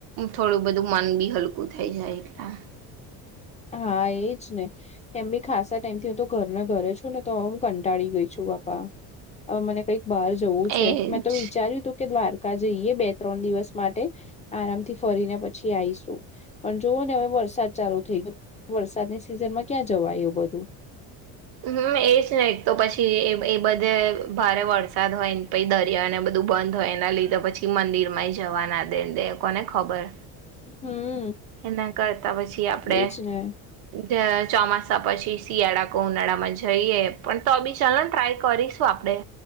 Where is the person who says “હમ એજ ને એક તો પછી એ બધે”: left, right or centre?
Right